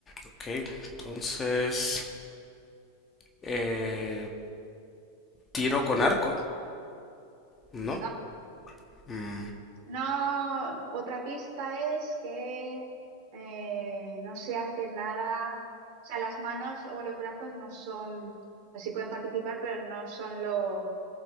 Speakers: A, on the left (about 20°); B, on the right (about 45°).
A: ok, entonces eh, tiro con arco, ¿no?
B: No,
A: Mm,
B: no. Otra pista es que eh, no se hace nada. O sea, las manos o los brazos no son. Así pueden participar, pero no son lo,